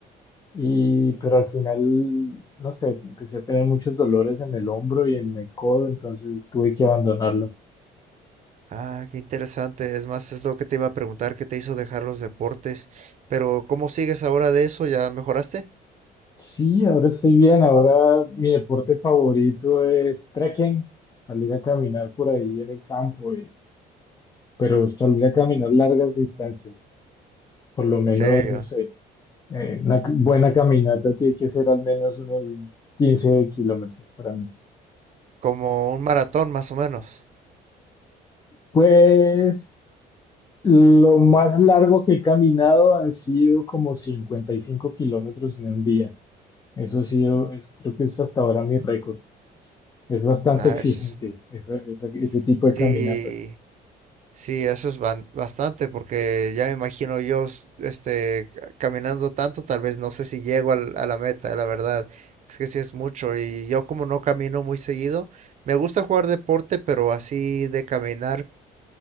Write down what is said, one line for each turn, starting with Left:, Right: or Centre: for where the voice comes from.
Left: y, pero al final, no sé, empecé a tener muchos dolores en el hombro y en el codo, entonces tuve que abandonarlo.
Right: ah, qué interesante. Es más, es lo que te iba a preguntar, ¿qué te hizo dejar los deportes? Pero ¿cómo sigues ahora de eso? ¿Ya mejoraste?
Left: Sí, ahora estoy bien, ahora mi deporte favorito es trekking, salir a caminar por ahí en el campo, y- pero salir a caminar largas distancias, por lo menos,
Right: Serio,
Left: no sé, eh, una c- buena caminata tiene que ser al menos unos 15 kilómetros para mí.
Right: como un maratón más o menos.
Left: Pues lo más largo que he caminado han sido como 55 kilómetros en un día. Eso ha sido, es- creo que es hasta ahora mi récord. Es bastante
Right: Ah,
Left: exigente
Right: eso es-
Left: esa- esa-
Right: sí.
Left: ese tipo de caminata.
Right: Sí, eso es ban- bastante, porque ya me imagino yo, s- este, ca- caminando tanto, tal vez no sé si llego al- a la meta, la verdad. Es que sí es mucho y yo como no camino muy seguido, me gusta jugar deporte, pero así de caminar,